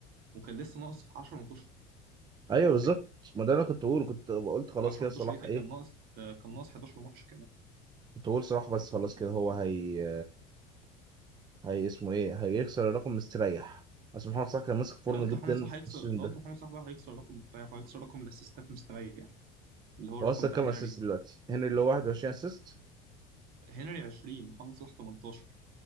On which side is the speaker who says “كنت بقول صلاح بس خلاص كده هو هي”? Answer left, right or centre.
Right